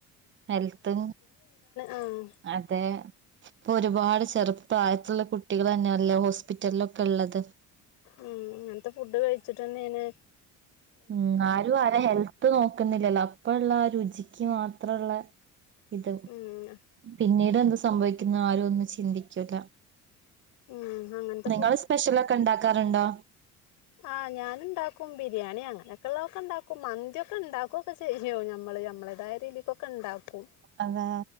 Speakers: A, on the right; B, on the left.
A: ഹെൽത്തും
B: ആഹ്
A: അതെ ഇപ്പൊരുപാട് ചെറുപ്പ പ്രായത്തുള്ള കുട്ടികൾ ന്നെയല്ലേ ഹോസ്പിറ്റല്ലൊക്കെള്ളത്.
B: ഉം ഇങ്ങനത്തെ ഫുഡ് കഴിച്ചിട്ടെന്നെണ്.
A: ഉം ആരും ആരെ ഹെൽത്ത് നോക്കുന്നില്ലല്ലോ അപ്പള്ള ആ രുചിക്ക് മാത്രള്ള ഇത്
B: ഉം
A: പിന്നീട് ന്ത് സംഭവിക്കുന്ന ആരും ഒന്നും ചിന്തിക്കൂല.
B: ഉം അങ്ങനത്തെ
A: നിങ്ങള്, സ്പെഷ്യലൊക്കെ ണ്ടാക്കാറുണ്ടോ?
B: ആ, ഞാന്ണ്ടാക്കും, ബിരിയാണി, അങ്ങനെള്ളക്കണ്ടാക്കും, മന്തിയൊക്കെണ്ടാക്ക്ഒക്കെ ചെയ്യും, ഞമ്മള്. ഞമ്മളെതായ രീതിക്കൊക്കെ ണ്ടാക്കും.
A: അതെ,